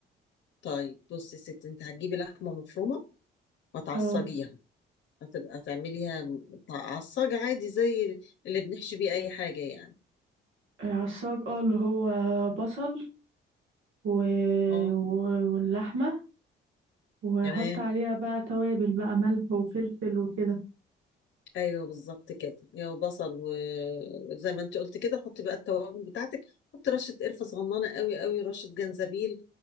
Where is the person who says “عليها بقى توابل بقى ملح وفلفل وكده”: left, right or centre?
Right